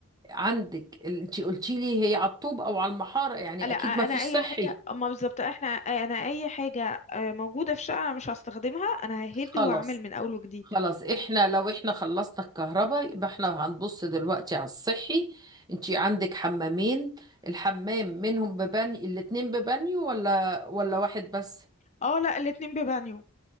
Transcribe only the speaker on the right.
عندك أنت قلتي لي هي على الطوب أو على المحارة يعني
أكيد
ما فيش
صحي
خلاص
خلاص احنا لو احنا خلصنا الكهرباء يبقى احنا هنبص دلوقتي على الصحي انتي عندك حمامين الحمام منهم ببانيو الاتنين ببانيو ولا ولا واحد بس